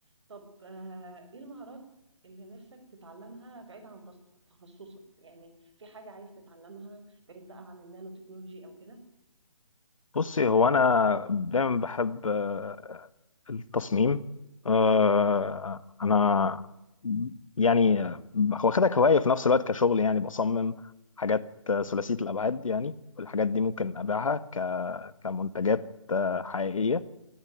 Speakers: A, on the right; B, on the left.
A: طب آه، ايه المهارات اللي نفسك تتعلمها بعيد عن تخصصك يعني في حاجه عايز تتعلمها بعيد بقى عن النانو تكنولوجي او كده
B: بصي هو انا دايما بحب آه، التصميم آه، انا يعني آه، هو خدها كهوايه في نفس الوقت كشغل يعني بصمم حاجات آه، ثلاثيه الابعاد يعني والحاجات دي ممكن ابيعها ك- كمنتجات آه، حقيقيه